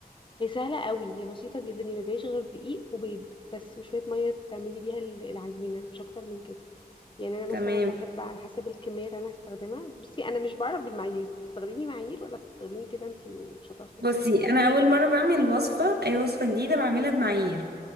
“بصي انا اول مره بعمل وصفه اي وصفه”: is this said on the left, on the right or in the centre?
Right